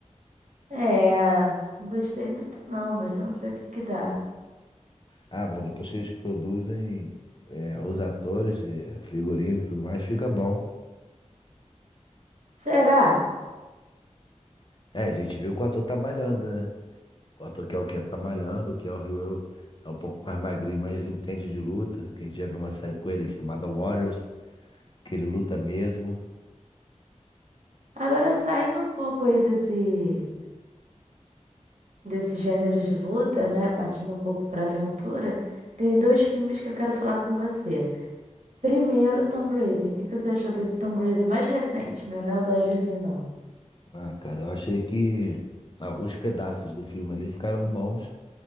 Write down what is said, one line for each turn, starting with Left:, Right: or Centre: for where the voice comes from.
Right: É, não gostei muito não, mas vamos ver o que que dá.
Left: Ah, mas depois que eles produzem é, os atores, é, o figurino e tudo mais, fica bom.
Right: Será?
Left: É, a gente viu que o ator tá malhando, né? O ator que é o Ken tá malhando, o que é o Ryu é um pouco mais magrinho, mas entende de luta. Que a gente já viu uma série com ele chamada Warriors, que ele luta mesmo.
Right: Agora saindo um pouco aí desse, desse gênero de luta, né? Partindo um pouco pra aventura, tem dois filmes que eu quero falar com você. Primeiro, Tomb Raider. O que que você achou desse Tomb Raider mais recente, né? Não é o da Jolie, não.
Left: Ah, cara, eu achei que alguns pedaços do filme ali ficaram bons,